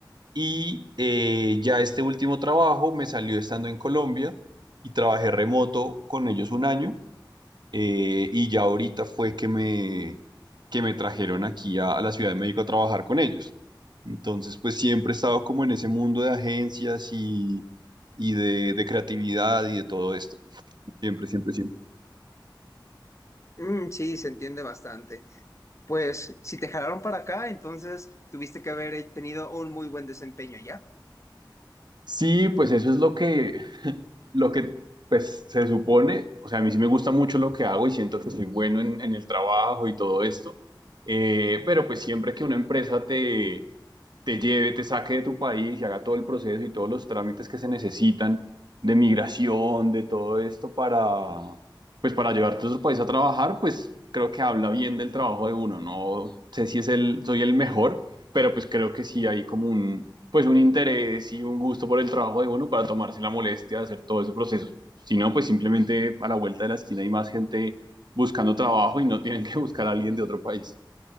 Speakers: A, on the right (about 60°); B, on the left (about 35°).
A: y eh, ya este último trabajo me salió estando en Colombia y trabajé remoto con ellos un año eh, y ya ahorita fue que me, que me trajeron aquí a, a la Ciudad de México a trabajar con ellos. Entonces, pues siempre he estado como en ese mundo de agencias y, y de, de creatividad y de todo esto. Siempre, siempre, siempre.
B: Mm, sí, se entiende bastante. Pues si te jalaron para acá, entonces tuviste que haber tenido un muy buen desempeño ya.
A: Sí, pues eso es lo que, <laughs> lo que pues, se supone. O sea, a mí sí me gusta mucho lo que hago y siento que soy bueno en, en el trabajo y todo esto. Eh, pero pues siempre que una empresa te, te lleve, te saque de tu país y haga todo el proceso y todos los trámites que se necesitan de migración, de todo esto para, pues para llevarte a otro país a trabajar, pues creo que habla bien del trabajo de uno. No sé si es el, soy el mejor, pero pues creo que sí hay como un, pues un interés y un gusto por el trabajo de uno para tomarse la molestia de hacer todo ese proceso. Si no, pues simplemente a la vuelta de la esquina hay más gente buscando trabajo y no tienen que buscar a alguien de otro país.